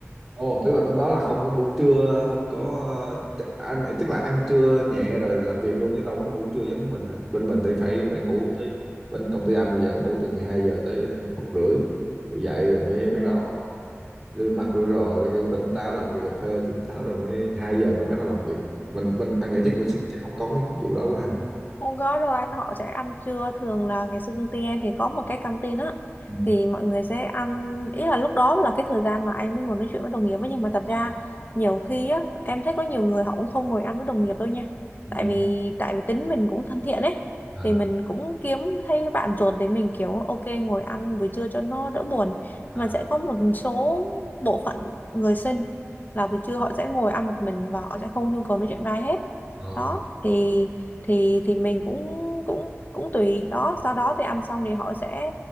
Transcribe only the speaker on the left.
ừ,
ừ.
Hôm có đâu anh họ sẽ ăn trưa thường là ngày xưa công ty em thì có một cái canteen á
thì mọi người sẽ ăn ý là lúc đó là cái thời gian mà anh mới ngồi nói chuyện với đồng nghiệp ấy nhưng mà thật
ra nhiều khi á em thấy có nhiều người họ cũng không ngồi ăn với đồng nghiệp đâu nha
tại vì tại vì tính mình cũng thân thiện ấy
thì mình cũng kiếm thấy bạn ruột để mình kiểu ok ngồi ăn buổi trưa cho nó đỡ buồn mà
sẽ có một số bộ phận người sinh là buổi trưa họ sẽ ngồi ăn một mình và họ sẽ không nhu cầu nói chuyện với ai hết
đó thì thì thì mình cũng cũng cũng tùy đó sau đó thì ăn xong thì họ sẽ